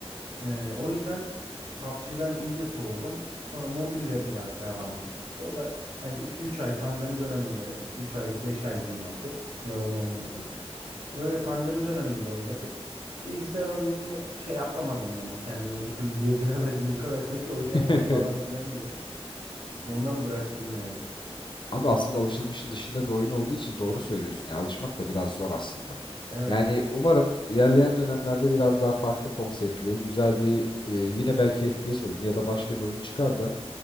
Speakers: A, on the right (about 75°); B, on the left (about 50°).
A: Ee, o yüzden PUBG'den iyice soğudum. Sonra mobille biraz devam ettik işte. O da hani iki üç ay pandemi döneminde iki üç ay 5 ay diyeyim hadi yalan olmasın. Öyle pandemi döneminde oynadık. Bilgisayar oyununu şey yapamadım yani kendime bir türlü yediremedim. <laughs> O kadar kötü oynayamam
B: <laughs>
A: falan filan diye. Ondan bıraktım yani.
B: Abi aslında alışılmışın dışında bir oyun olduğu için doğru söylüyorsun ya. Alışmak da biraz zor aslında.
A: Evet.
B: Yani umarım ilerleyen dönemlerde biraz daha farklı konseptli, güzel bir e, yine belki FPS oyunu ya da başka bir oyun çıkar da